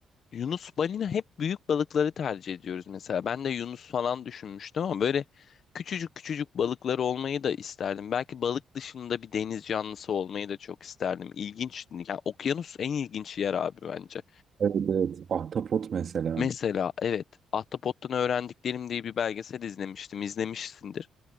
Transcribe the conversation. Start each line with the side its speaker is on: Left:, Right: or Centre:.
Left: Yunus balina hep büyük balıkları tercih ediyoruz mesela. Ben de Yunus falan düşünmüştüm ama böyle küçücük küçücük balıkları olmayı da isterdim. Belki balık dışında bir deniz canlısı olmayı da çok isterdim. İlginç. Yani okyanus en ilginç yer abi bence.
Right: Evet evet. Ahtapot mesela.
Left: Mesela evet Ahtapot'tan Öğrendiklerim diye bir belgesel izlemiştim. İzlemişsindir.